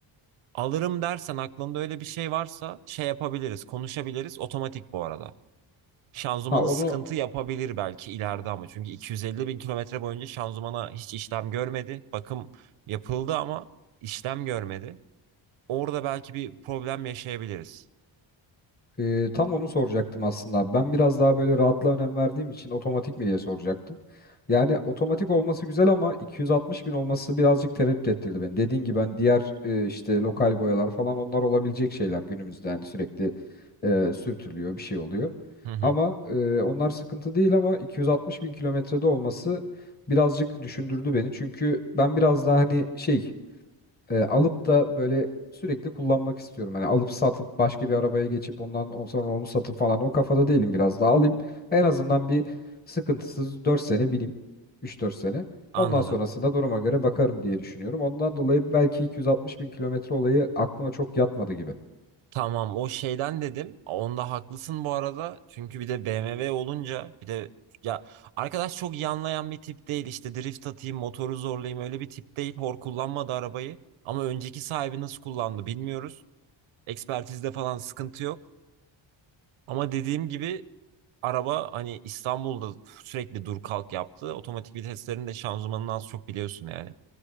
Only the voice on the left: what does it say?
Ha onu
Ee, tam onu soracaktım aslında. abi. Ben biraz daha böyle rahatlığa önem verdiğim için otomatik mi diye soracaktım. Yani otomatik olması güzel ama 260 bin olması birazcık tereddüt ettirdi beni. Dediğin gibi ben diğer e, işte lokal boyalar falan onlar olabilecek şeyler günümüzde yani sürekli e, sürtülüyor bir şey oluyor.
Ama e, onlar sıkıntı değil ama 260 bin kilometrede olması birazcık düşündürdü beni. Çünkü ben biraz daha hani şey e, alıp da böyle sürekli kullanmak istiyorum. Hani alıp satıp başka bir arabaya geçip ondan on- sonra onu satıp falan o kafada değilim biraz daha alayım. En azından bir sıkıntısız 4 sene bineyim. üç dört sene.
Ondan sonrasında duruma göre bakarım diye düşünüyorum. Ondan dolayı belki 260 bin kilometre olayı aklıma çok yatmadı gibi.